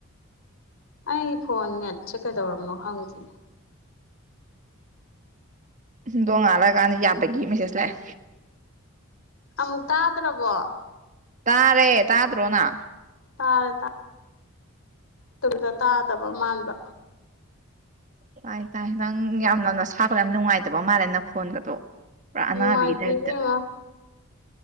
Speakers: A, on the left; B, on the right.
A: ꯑꯩ ꯐꯣꯟ ꯅꯦꯠꯁꯦ ꯀꯩꯗꯧꯔꯕꯅꯣ ꯈꯪꯗꯦ
B: ꯗꯣꯡ ꯉꯥꯜꯂꯑꯀꯥꯟꯗ ꯌꯥꯕꯒꯤ ꯃꯦꯁꯦꯖ ꯂꯥꯛꯑꯦ
A: ꯑꯃꯨꯛ ꯇꯥꯗ꯭ꯔꯕꯣ
B: ꯇꯥꯔꯦ ꯇꯥꯗ꯭ꯔꯣꯅ
A: ꯇꯥꯔ‌ꯦ ꯇꯥ ꯇꯨꯗ ꯇꯥꯗꯕ ꯃꯥꯟꯕ
B: ꯇꯥꯏ ꯇꯥꯏ ꯅꯪ ꯌꯥꯝ ꯅꯅ ꯁꯄꯗ ꯌꯥꯝ ꯅꯨꯡꯉꯥꯏꯇꯕ ꯃꯥꯜꯂꯦ ꯅꯪ ꯐꯣꯟꯕꯗꯣ ꯄ꯭ꯔꯥꯅꯕꯤꯗꯗ
A: ꯅꯨꯡꯉꯥꯏꯇꯦ ꯏꯕꯦꯝꯃ